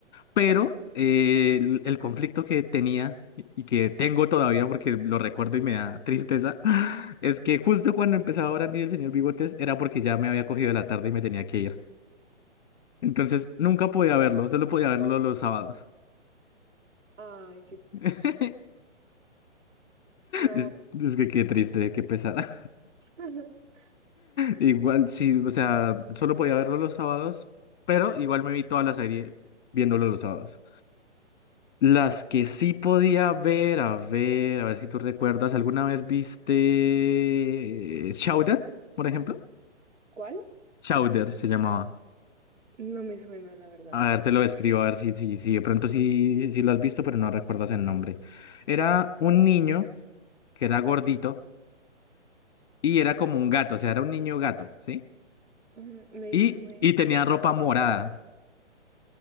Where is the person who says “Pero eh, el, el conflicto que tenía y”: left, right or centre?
Left